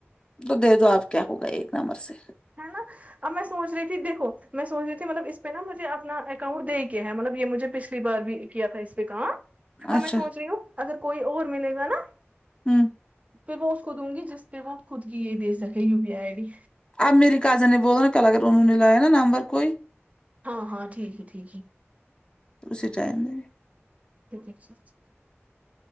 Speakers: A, on the left; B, on the right.
A: تو دے دو آپ کیا ہو گا ایک نمبر سے
B: ہے نا اب میں سوچ رہی تھی دیکھو میں سوچ رہی تھی مطلب اس پہ نا مجھے اپنا اکاؤنٹ دے کے ہے مطلب یہ مجھے پچھلی بار بھی کیا تھا اس پہ کہاں اب
A: اچھا
B: میں سوچ رہی ہوں اگر کوئی اور ملے گا نا
A: ہوں
B: پھر میں اس کو دوں گی جس پہ وہ خود کی یہ دے سکےیو پی آئی ڈی
A: آپ میری کازن نے بولو نا کلا کر انہوں نے لایا نا نمبر کوئی
B: ہاں ہاں ٹھیک ہے ٹھیک ہے
A: اسے جائیگی
B: <unintelligible>